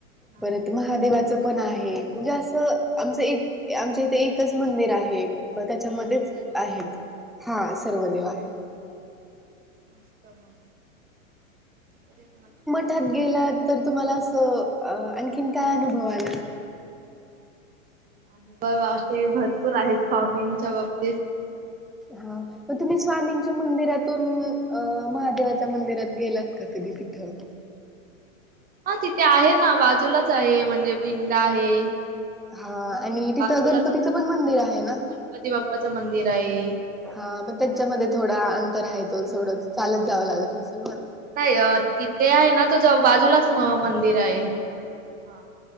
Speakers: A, on the right; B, in the centre.
A: हा
B: परत
A: काय
B: महादेवाच पण आहे. म्हणजे असं आमचं एक आमच्या इथे एकच मंदिर आहे. त्याच्यामध्येच
A: हा त्यात सर्व
B: आहेत.
A: देव
B: हा
A: अच्छा
B: सर्व देव आहेत.
A: मस्त मग आता काय कुणाची
B: तिथं गेल्यावर तर तुम्हाला अस आणखीन काय अनुभव आला.
A: अजुन असे भरपूर आहेत फॉमिंगच्या बाबतीत
B: हा मग तुम्ही स्वामींच्या मंदिरातून अ महादेवाच्या मंदिरात गेलात का कधी तिथं
A: हा तिथे आहे ना, बाजूलाच आहे म्हणजे पिंड आहे.
B: हा आणि तिथं
A: बाजूलाच
B: गणपतीचं पण मंदिर आहे ना
A: गणपती बाप्पाचं मंदिर आहे
B: हा पण त्याच्यामध्ये थोड अंतर आहे, तो थोडं चालत जावं लागत असेल ना.
A: नाही, तिथे आहे ना तो जरा बाजूलाचं मंदिर आहे. हा